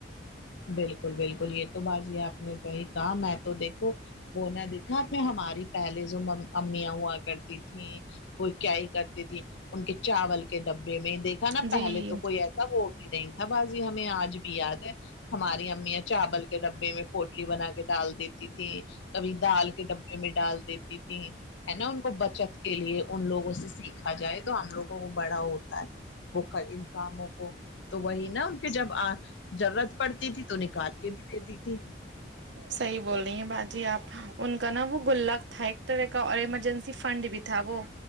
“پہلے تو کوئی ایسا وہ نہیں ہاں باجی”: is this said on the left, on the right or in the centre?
Left